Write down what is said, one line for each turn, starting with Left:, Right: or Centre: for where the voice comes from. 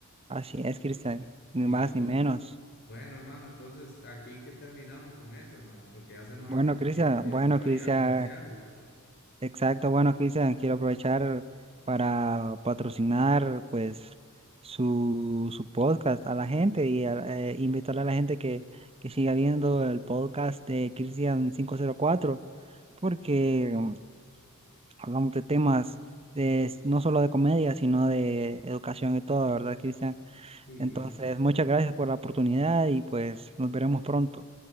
Right: Así es, Cristian, ni
Left: Sí,
Right: más
Left: hombre.
Right: ni menos.
Left: Bueno, hermano, entonces aquí que terminamos con esto, hermano, porque ya se nos
Right: Bueno,
Left: acabó
Right: Cristian,
Left: el tiempo, ya
Right: bueno,
Left: es hora
Right: Cristian,
Left: de ir a comerciales.
Right: exacto, bueno, Cristian, quiero aprovechar para patrocinar pues su, su podcast a la gente y a- eh, invitarle a la gente que, que siga viendo el podcast de Cristian quinientos cuatro, porque mm, hablamos de temas de, no solo de comedia, sino de educación y todo, ¿verdad, Cristian?
Left: Sí,
Right: Entonces, muchas gracias por la oportunidad y pues nos veremos pronto.